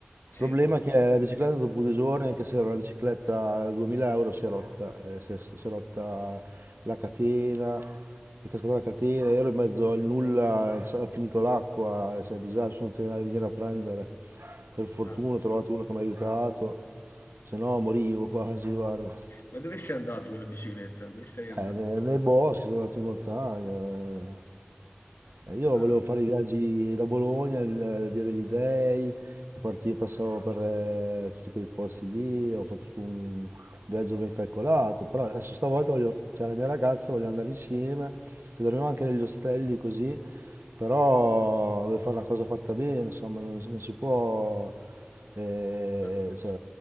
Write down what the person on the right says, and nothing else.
Problema è che la bicicletta dopo due giorni, anche se era una bicicletta da 2000 euro, si è rotta, eh, si è, si è rotta la catena, è cascata la catena, ero in mezzo al nulla, non so, ho finito l'acqua, cioè, disastro, sono tenuto a venire a prendere. Per fortuna
ho trovato uno che mi ha aiutato, se no morivo quasi, guarda.
Eh, ne- nei boschi, sono andato in montagna. eh. Eh, Io
volevo fare i viaggi da Bologna, il- Via degli Dei, e partivo, passavo per eh, tutti quei posti lì, ho fatto tutto un viaggio ben calcolato, però adesso stavolta voglio, c'è la mia ragazza, voglio andare insieme, e dormiamo anche negli ostelli così, però voglio fare una cosa fatta bene, insomma, non, non si può, eh,
cioè,